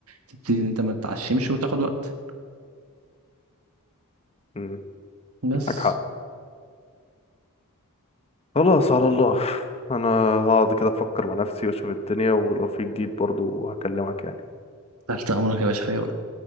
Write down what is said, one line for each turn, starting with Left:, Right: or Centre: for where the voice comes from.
Right: تبتدي ان انت ما تتعشمش وتاخد وقت
Left: امم
Right: بس
Left: معاك حق خلاص على الله انا هقعد كده افكر مع نفسي واشوف الدنيا ولو في جديد برضو هكلمك يعني
Right: تحت امرك يا باشا في اي